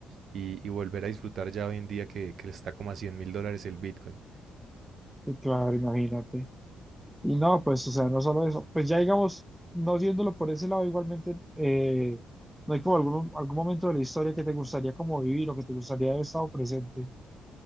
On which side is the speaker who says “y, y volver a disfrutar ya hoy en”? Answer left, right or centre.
Right